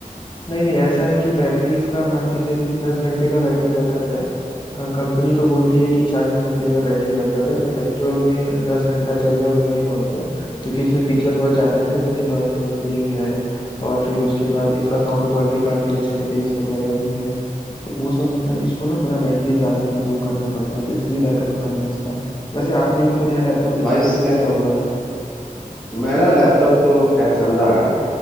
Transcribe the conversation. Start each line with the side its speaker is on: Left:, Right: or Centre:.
Left: नहीं नहीं ऐसा है कि बैटरी इसका मान के चलिए दस घंटे का बैटरी बैकअप है कंपनी तो बोलती है कि चालीस घंटे का बैटरी बैकअप है बट एक्चुअल में दस घंटा चल जाए उतना ही बहुत है क्योंकि इसमें फीचर बहुत ज़्यादा है ना जैसे नॉइस कैंसिलिंग है और फिर उसके बाद इसका साउंड क्वालिटी काफ़ी अच्छा है बेस वगैरह भी है तो वो सब मतलब इसको ना थोड़ा बैटरी ज़्यादा कंज्यूम करना पड़ता है तो इसलिए बैकअप कम है इसका वैसे आपने भी तो नया लैपटॉप
Centre: नॉइस
Left: लिया था उसका क्या हुआ
Centre: मेरा लैपटॉप तो खैर चल रहा है